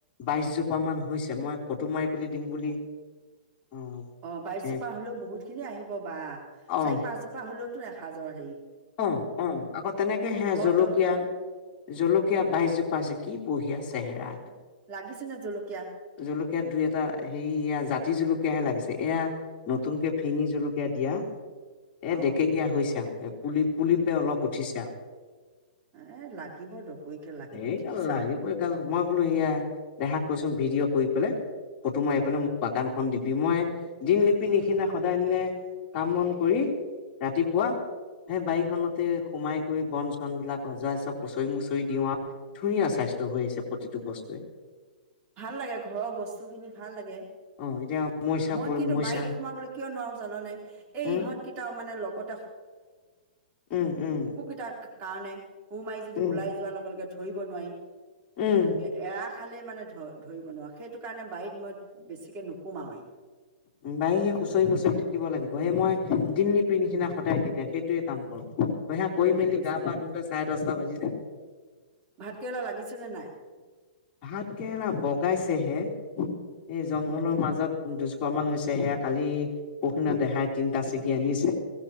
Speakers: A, on the left; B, on the right.
A: বাইশ জোপা মান হৈছে মই ফটো মাৰি পেলাই দিম বুলি অ
B: অ বাইশজোপা
A: এ
B: হলেও বহুত খিনি আহিব বা
A: অ
B: চাৰি পাঁচজোপা হলেও এসা যৰ হয়
A: অ অ আকৌ তেনেকে সেয়া
B: ঘৰত
A: জলকীয়া জলকীয়া বাইছজোপাছে কি বৈ <unintelligible> য়া চেহৰা
B: লাগিছে নে জলকীয়া
A: জলকীয়াত দুই এটা হে জাতি জকীয়া কীয়াহে লাগিছে এয়া নতুনকে ফিঙি জলকীয়া দিয়া এ
B: অ
A: ডেকেৰিয়া হৈছে আৰু পুলি পে অলপ উঠিছে আও
B: এ লাগিব দকৰিকে লাগিব
A: এই
B: ঠিকছে
A: কাল লাগিব গাল মই বোলো সয়া দেহাক কৈছো ভিডিঅ' কৰি পেলাই ফটো মাৰি
B: অ
A: পেলাই মোক বাগানখন দিব বিময়ে দিনলিপি নিচিনা সদায় দিনে কাম বন কৰি ৰাতিপুৱা সেই বাৰীখনতে সোমাই কৰি বন চন বিলাক অজ পুচৰি মচৰি দিও আৰু ধুনীয়া স্বাস্থ্য হৈ আহিছে প্ৰতিটো বস্তুৱে
B: ভাল লাগে ঘৰৰ বস্তু খিনি ভাল লাগে
A: অ এতিয়া মইচা
B: মই
A: পৰি
B: কিন্তু
A: মইচা
B: বাৰীত সোমাবলৈ কিয় নোৱাৰো জাননে এই
A: উম
B: ইহঁতকেইটাও মানে লগ <unintelligible>
A: উম উম
B: কুকুকিতাক কাৰণে সো মাৰি যদি
A: উম
B: ওলাই যোৱাৰ লগে ধ ধৰিব নোৱাৰিম
A: উম
B: এ এয়া খালে মানে ধ ধৰিব নোৱাৰোঁ সেইটো কাৰণে বাৰীত মই বেছিকে নুসোমাওৱেই
A: বায় সেই হুচৰি মুচৰি থাকিব লাগিব সেই মই দিন নিপি নিচিনা সদায় দিনে সেইটোৱে কাম কৰক হা কৈ
B: ভালেই
A: মিলিল
B: কৰিছ
A: গা
B: দে।
A: পাহ ংগে চাইদ ৰাস্তা বজি য
B: ভাতকেৰেলা লাগিছেনে নাই?
A: ভাত কেে না বগাইছেহে <unintelligible> এই জংঘলৰ
B: উম,
A: মাজত দুজ প্ৰমান হৈছে। সেয়া কালি, পৰখিনা দেহাই তিনটা ছিগি আনিছে।